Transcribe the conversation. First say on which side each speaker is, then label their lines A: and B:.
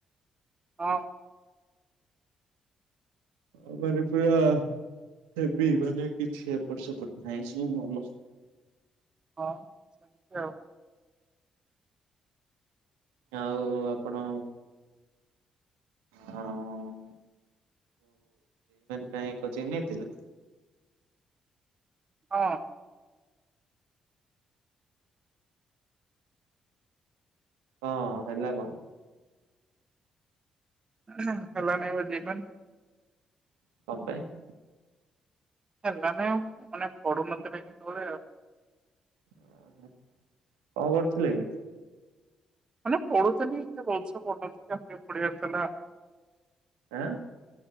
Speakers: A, on the right; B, on the right.
A: ହଁ।
B: ଆଉ ମାନେ ପୁରା ହେବି ମାନେ କିଛି ଏପଟ ସେପଟ ନାହିଁ ଭଲ।
A: ହଁ ସେମିତି ଆଉ
B: ଆଉ ଆପଣ ହଁ। ମ କୋଚ ନେଇଥିଲା।
A: ହଁ।
B: ହଁ ହେଲା କଣ?
A: ହଁ। ହେଲା ନହି ବଜେପ
B: <unintelligible>
A: <unintelligible>
B: ଓହୋ କଣ କରୁଥିଲେ କି?
A: <unintelligible>
B: ଆଁ